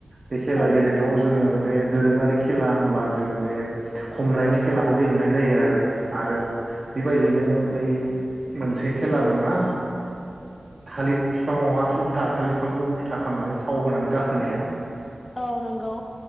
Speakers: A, on the right; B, on the left.
A: बे खेला
B: औ
A: गेलेनायाव
B: नंगौ
A: जोङो बे दोरोङारि खेला होनबा जों बे खमलायनाय खेलाखौ गेलेनाय जायो आरो आरो बेबायदिनो बै मोनसे खेला दंना थालिर बिफाङावहा उल्था थालिर बिफांखौ उल्था खालामनानै थाव होनानै गाखोनाया
B: औ नंगौ।